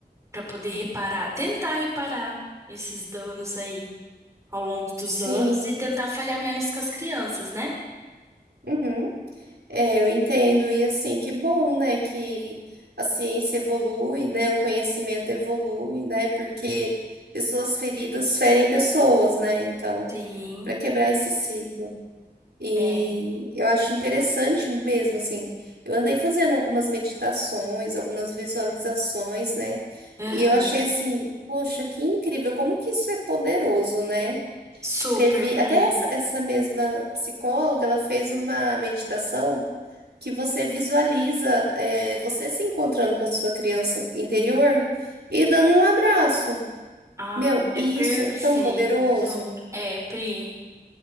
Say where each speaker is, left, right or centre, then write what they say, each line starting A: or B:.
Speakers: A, on the right; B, on the right.
A: para poder reparar, tentar reparar esses danos aí ao longo dos
B: Sim,
A: anos e tentar falhar menos com as crianças, né?
B: uhum. É, eu entendo. E assim, que bom, né, que a ciência evolui, né, o conhecimento evolui, né, porque pessoas feridas ferem pessoas, né, então,
A: Sim,
B: para quebrar esse ciclo. E
A: é.
B: eu acho interessante mesmo, assim, eu andei fazendo algumas meditações, algumas visualizações, né,
A: Aham.
B: e eu achei assim, poxa, que incrível, como que isso é poderoso, né?
A: Super,
B: Teve
A: Pri.
B: até essa, essa mesma psicóloga, ela fez uma meditação que você visualiza é, você se encontrando com a sua criança interior e dando um abraço.
A: Ah,
B: Meu,
A: é
B: e
A: perfeito.
B: isso é tão poderoso.
A: É, Pri,